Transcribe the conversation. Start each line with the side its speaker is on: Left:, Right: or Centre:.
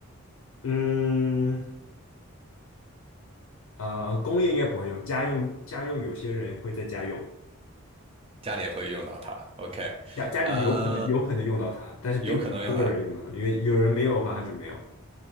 Left: 嗯，呃，工业应该不会用，家用家用有些人会在家用。
Right: 家里也会用到它。
Left: 对。
Right: OK，
Left: 家家里有可能有可能用到它，
Right: 呃，
Left: 但是并不是所有人用到它因为有人没有的话，
Right: 有可能用的。
Left: 它就没有。